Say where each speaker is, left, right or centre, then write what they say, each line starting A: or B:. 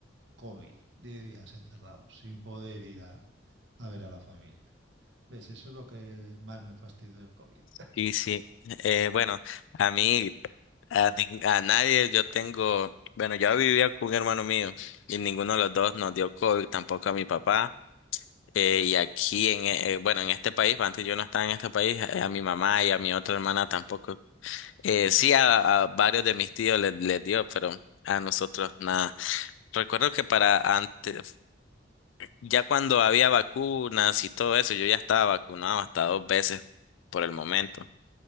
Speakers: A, on the right; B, on the left.
A: COVID, 10 días encerrados, sin poder ir a, a ver a la familia. ¿Ves? Eso es lo que más me fastidió del COVID.
B: Sí, sí. Eh, bueno, a mí, a, nin- a nadie, yo tengo, bueno, yo vivía con un hermano mío y ninguno de los dos nos dio COVID, tampoco a mi papá. Eh, y aquí, en, e- eh, bueno, en este país, antes yo no estaba en este país, eh, a, mi mamá y a mi otra hermana tampoco. Eh,
A: Bueno,
B: sí, a, a varios de mis tíos les, les dio, pero a nosotros nada. Recuerdo que para antes, ya cuando había vacunas y todo eso, yo ya estaba vacunado hasta dos veces por el momento.